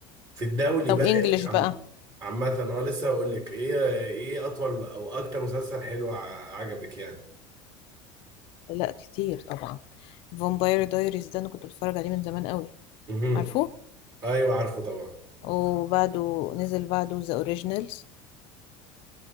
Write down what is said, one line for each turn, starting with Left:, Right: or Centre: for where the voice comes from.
Right: في الدولي
Left: طب
Right: بقى
Left: انجلش
Right: يعني عم
Left: بقى
Right: عامة اه لسه هقول لك ايه ايه اطول او اكتر مسلسل حلو ع- عجبك يعني
Left: لا كتير طبعا فامباير دايريز ده انا كنت بتفرج عليه من زمان قوي
Right: مهم.
Left: عارفه
Right: ايوه عارفه طبعا
Left: وبعده نزل بعده ذا اوريجينالز